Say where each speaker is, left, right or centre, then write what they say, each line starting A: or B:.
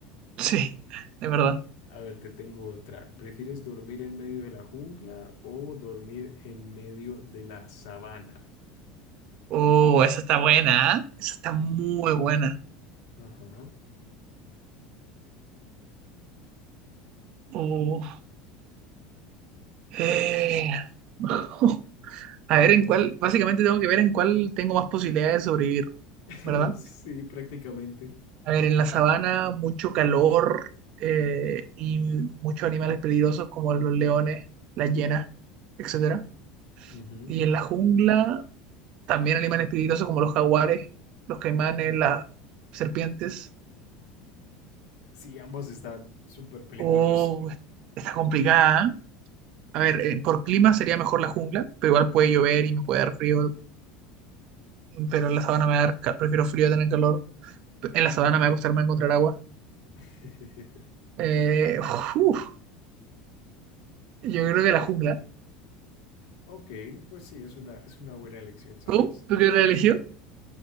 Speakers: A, on the right (about 45°); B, on the left (about 75°).
A: Sí, de verdad.
B: A ver, te tengo otra. ¿Prefieres dormir en medio de la jungla o dormir en medio de la sabana?
A: Oh, esa está buena, ¿eh? Esa está muy buena.
B: Ajá.
A: Uh, eh. <laughs> A ver en cuál, básicamente tengo que ver en cuál tengo más posibilidades de sobrevivir,
B: <laughs>
A: ¿verdad?
B: sí, prácticamente.
A: A ver, en la sabana mucho calor eh, y muchos animales peligrosos como los leones, las hienas, etcétera.
B: Ujú.
A: Y en la jungla también animales peligrosos como los jaguares, los caimanes, las serpientes.
B: Sí, ambos están súper peligrosos.
A: Oh, está complicada. ¿eh? A ver, eh, por clima sería mejor la jungla, pero igual puede llover y me puede dar frío pero en la sabana me va a dar, ca- prefiero frío a tener calor. En la sabana me va a costar más encontrar agua.
B: <laughs>
A: Eh, uf, yo creo que la jungla.
B: Ok, pues sí, es una, es una buena elección, ¿sabes?
A: ¿Tú? ¿Tú qué religión?